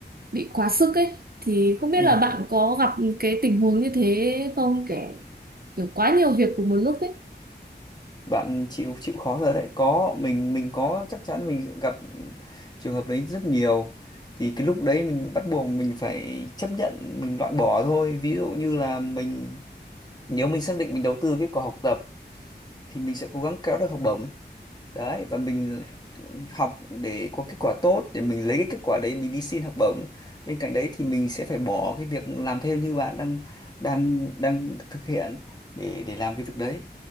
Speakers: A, on the right; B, on the left.
A: bị quá sức ấy thì không biết
B: ừ.
A: là bạn có gặp cái tình huống như thế không kể kiểu quá nhiều việc cùng một lúc ấy
B: bạn chịu chịu khó rồi đấy có mình mình có chắc chắn mình sẽ gặp trường hợp đấy rất nhiều thì cái lúc đấy mình bắt buộc mình phải chấp nhận mình loại bỏ thôi ví dụ như là mình nếu mình xác định mình đầu tư kết quả học tập thì mình sẽ cố gắng kéo được học bổng đấy và mình học để có kết quả tốt để mình lấy cái kết quả đấy mình đi xin học bổng bên cạnh đấy thì mình sẽ phải bỏ cái việc làm thêm như bạn đang đang đang thực hiện để để làm cái việc đấy